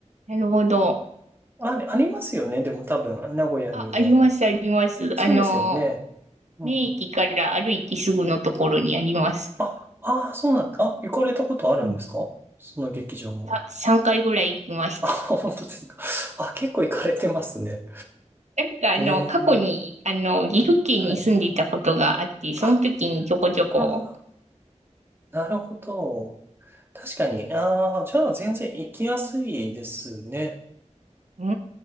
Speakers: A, on the right (about 70°); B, on the right (about 20°).
A: なるほど。
B: あ、ありますよね。でも多分、名古屋にも。
A: あ、あります、あります。
B: そうですよね。
A: あの、
B: うん。
A: 名駅から歩いてすぐのところにあります。
B: あ、ああ、そうなんだ。あ、行かれたことあるんですかその劇場も。
A: うんさ、3回ぐらい行きました。
B: あ、本当ですか。<laughs> あ、結構行かれてますね。
A: なんかあの、
B: ええ、
A: 過去に、あの、岐阜県に住んでいたことがあって、
B: はい。
A: その時にちょこちょこ、
B: あ、あーなるほど。確かに。ああ、じゃあ全然行きやすいですね。
A: うー